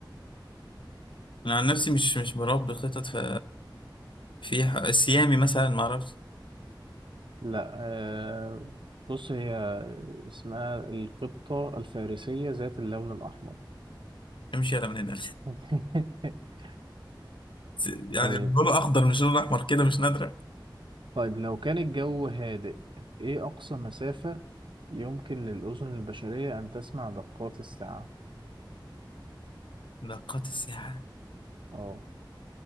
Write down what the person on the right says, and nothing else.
لا آه، بص هي اسمها القطة الفارسية ذات اللون الأحمر
<laughs>
طيب
طيب لو كان الجو هادئ إيه أقصى مسافة يمكن للأذن البشرية أن تسمع دقات الساعة؟
أه